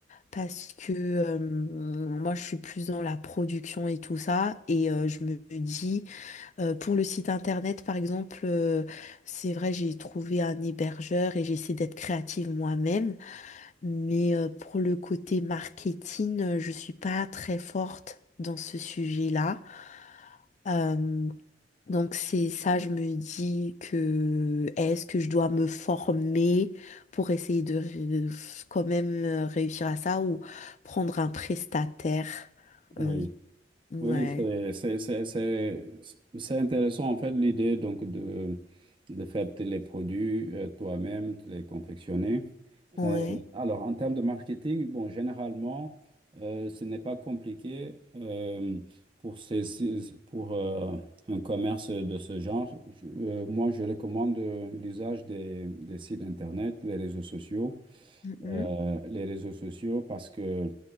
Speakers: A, on the left (about 40°); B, on the right (about 30°).
A: parce que euh, moi, je suis plus dans la production et tout ça. Et euh, je me dis... Euh, pour le site internet, par exemple, euh, c'est vrai, j'ai trouvé un hébergeur et j'essaie d'être créative moi-même, mais euh, pour le côté marketing, euh, je suis pas très forte dans ce sujet-là. Euh, donc c'est ça, je me dis que est-ce que je dois me former pour essayer de ré- quand même euh, réussir à ça ou prendre un prestataire?
B: Oui.
A: Euh, ouais.
B: Oui, c'est c'est- c'est- c'est- c'est intéressant en fait l'idée donc de, de faire tes- les produits euh, toi-même, de les confectionner.
A: Ouais.
B: Euh, alors en termes de marketing, bon, généralement, euh, ce n'est pas compliqué euh, pour, ces, ces- pour euh, un commerce de ce genre. Je- euh, moi, je recommande euh, l'usage des, des sites Internet, les réseaux sociaux,
A: Mhm.
B: euh, les réseaux sociaux parce que